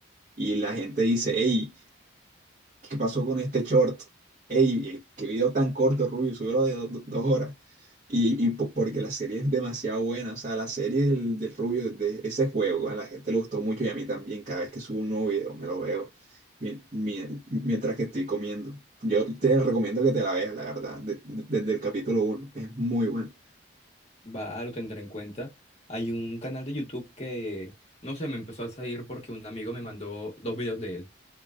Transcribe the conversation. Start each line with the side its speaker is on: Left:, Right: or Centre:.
Right: Y la gente dice, hey, ¿Qué pasó con este short? Ey, eh, qué video tan corto, Rubio, subió de do- do- dos horas. Y, y po- porque la serie es demasiado buena, o sea, la serie del, del Rubio, de ese juego, a la gente le gustó mucho y a mí también, cada vez que subo un nuevo video me lo veo mien- mien- mientras que estoy comiendo. Yo te recomiendo que te la veas, la verdad, de- de- desde el capítulo uno es muy buena.
Left: Va, lo tendré en cuenta. Hay un canal de YouTube que, no sé, me empezó a salir porque un amigo me mandó dos videos de él,